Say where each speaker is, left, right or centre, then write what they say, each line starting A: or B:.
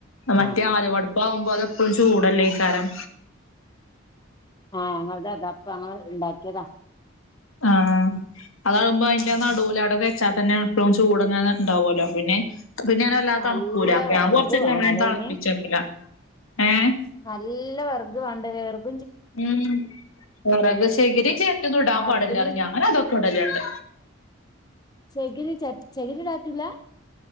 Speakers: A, on the left (about 80°); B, on the left (about 20°).
A: മറ്റേ
B: ആഹ്
A: ആലുവ അടുപ്പ് ആകുമ്പോ അതെപ്പോഴും ചൂടല്ലേ അയ്കാരം.
B: ആഹ് ഞങ്ങളുടെ അതാ ഇപ്പ ഞങ്ങള് ഉണ്ടാക്കിയതാ.
A: ആഹ്. അതാകുമ്പോ അതിന്റെ നെടുവില് അവിടെ വച്ചാൽ തന്നെ എപ്പോഴും ചൂടങ്ങെ ഉണ്ടാവുമല്ലോ പിന്നെ പിന്നെ ഞാന് വല്ലാതെ
B: നല്ല
A: തണുക്കൂലാ അപ്പ
B: വെറക്
A: ഞാൻ കൊറച്ച് ചായ
B: വേണല്ലേ
A: തിളപ്പിച്ച്
B: അയിന്
A: വയ്ക്കലാ ഏഹ്.
B: നല്ല വെറഗ് വേണ്ടേ വെർഗ്
A: ഉം വിറക് ചകിരിയും ചിരട്ടയൊന്നും ഇടാൻ
B: ആ
A: പാടില്ല
B: അടുപ്പിന്
A: പറയും ഞാൻ അതൊക്കെ ഇടലുണ്ട്.
B: ചെകിര ചെരട്ട ചെകിരി ഇടാൻ പറ്റൂല്ലാ.